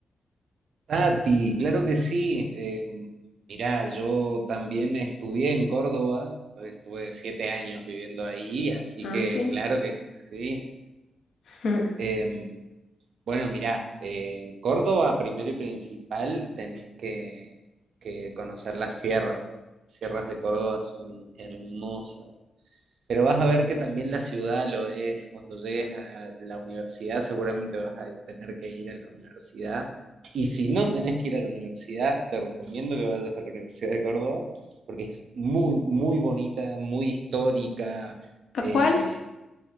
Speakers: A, on the right; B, on the left.
A: Tati, claro que sí. Eh, mirá, yo también estudié en Córdoba, estuve siete años viviendo ahí, así
B: Ah,
A: que
B: sí.
A: claro que sí.
B: <laughs>
A: Eh, bueno, mirá, eh, en Córdoba, primero y principal, tenés que, que conocer las sierras. Sierras de Córdoba son hermosas. Pero vas a ver que también la ciudad lo es. Cuando llegues a la universidad, seguramente vas a tener que ir a la universidad. Y si no tenés que ir a la universidad, te recomiendo que vayas a la Universidad de Córdoba, porque es muy, muy bonita, muy histórica.
B: ¿A
A: Eh,
B: cuál?